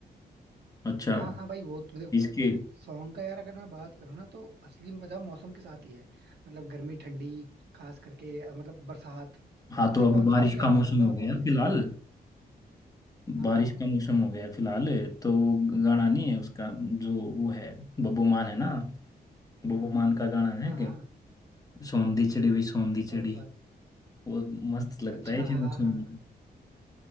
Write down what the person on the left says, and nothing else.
अच्छा
इसके
हाँ
तो अब
बारिश
का मौसम
हो
गया
है फिलहाल
बारिश
का मौसम हो गया है फिलहाल तो वो गाना नहीं है उसका जो वो है बब्बू मान है ना बब्बू मान का गाना है
कि सौंधी चिड़ी हुई सौंधी
चिड़ी
वो मस्त लगता
है ये
मौसम
में